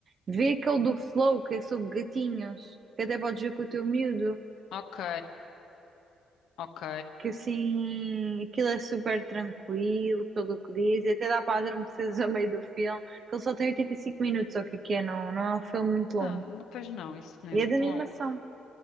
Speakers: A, on the right (about 45°); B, on the left (about 75°).
A: Vê aquele do Flow, que é sobre gatinhos, que até podes ver com o teu miúdo,
B: ok. Ok.
A: que assim, aquilo é super tranquilo, pelo que diz, e até dá para adormeceres <laughs> a meio do filme, que ele só tem 85 minutos, ou o que é que é, não, não é um filme muito longo.
B: Não, não, pois não, isso não
A: E
B: é muito
A: é de animação.
B: longo.